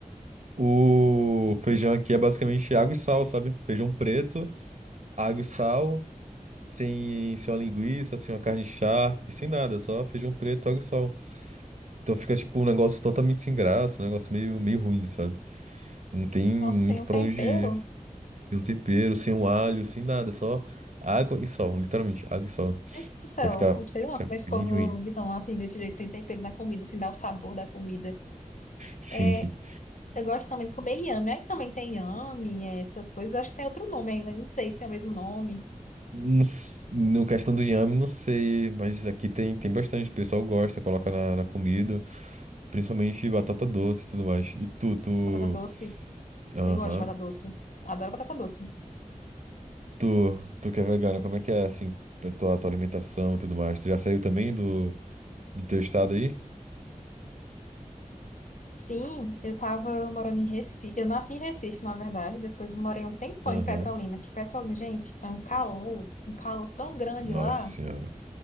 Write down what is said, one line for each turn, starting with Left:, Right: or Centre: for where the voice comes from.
Right: O feijão aqui é basicamente água e sal, sabe? Feijão preto, água e sal, sem, sem uma linguiça, sem uma carne charque, sem nada, só feijão preto, água e sal. Então fica tipo um negócio totalmente sem graça, um negócio meio, meio ruim, sabe? Não tem muito
Left: Nossa, sem o
Right: pra
Left: tempero?
Right: onde ir. Sem um tempero, sem um alho, sem nada, só água e sal, literalmente, água e sal.
Left: Meu Deus do céu,
Right: Então fica,
Left: eu não sei
Right: fica
Left: lá mas
Right: bem
Left: como
Right: ruim.
Left: esse assim, desse jeito, sem tempero na comida, sem dar o sabor da comida.
Right: Sim.
Left: É,
Right: <laughs>
Left: eu gosto também de comer inhame. Aí também tem inhame, é, essas coisas. Acho que tem outro nome ainda, não sei se tem o mesmo nome.
Right: Não s- No questão do inhame, não sei, mas aqui tem, tem bastante. O pessoal gosta, coloca na, na comida, principalmente batata doce e tudo mais. E tu, tu.
Left: Batata doce.
Right: Aham.
Left: Eu gosto de batata doce. Adoro batata doce.
Right: Tu, tu que é vegana, como é que é, assim, a tua, tua alimentação e tudo mais? Tu já saiu também do, do teu estado aí?
Left: Sim, eu tava morando em Recife. Eu nasci em Recife, na verdade. Depois morei um tempão
Right: Aham.
Left: em Petrolina. Que Petrolina, gente, é um calor, um calor tão grande
Right: Nossa
Left: lá.
Right: senhora.